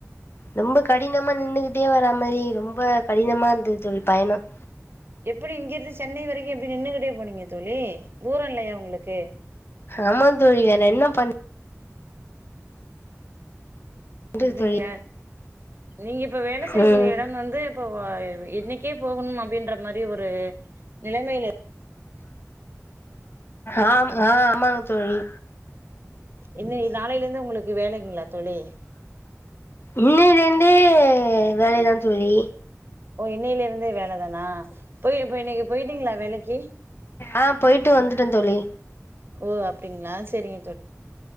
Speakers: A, on the left (about 45°); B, on the right (about 45°).
A: ரொம்ப கடினமா நின்னுகிட்டே வரா மாதிரி ரொம்ப கடினமா இருந்தது தோழி பயணம்
B: எப்டி இங்கிருந்து சென்னை வரைக்கு எப்டி நின்னுகிட்டே போனீங்க தோழி தூரோ இல்லையா உங்களுக்கு
A: ஆமா தோழி வேற என்ன பண் பண்றது
B: அப்டிங்களா
A: தோழி
B: நீங்க இப்ப வேல செய்யக்கூடிய
A: ம்
B: எடம் வந்து எப்போவா என்னைக்கே போகணும் அப்டின்ற மாதிரி ஒரு நிலைமல
A: அ அ ஆமாங்க தோழி
B: இன்னை நாளையில இருந்து உங்களுக்கு வேலைங்களா தோழி
A: இன்னைல இருந்தே வேலைதா தோழி
B: ஒ இன்னையில இருந்தே வேல தானா போய் இப்ப இன்னைக்கு போயிட்டீங்களா வேலைக்கு
A: அ போயிட்டு வந்துட்டோம் தோழி
B: ஒ அப்டிங்களா சேரிங்க